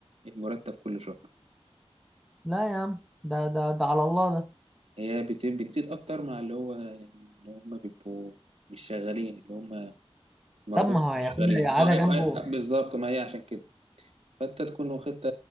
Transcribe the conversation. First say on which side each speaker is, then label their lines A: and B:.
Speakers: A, on the right; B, in the centre.
A: المرتب كل شهر
B: لا يا عم ده ده ده على الله ده
A: هي بت- بتزيد اكتر مع اللي هو يعني اللي هم بيبقوا مش شغالين اللي هم مراتاتهم
B: طب ما هو هياخدها
A: مش شغالين
B: يقعدها
A: اه أيوة،
B: جنبه
A: أيوة، بالظبط ما هي عشان كده فانت تكون واخدت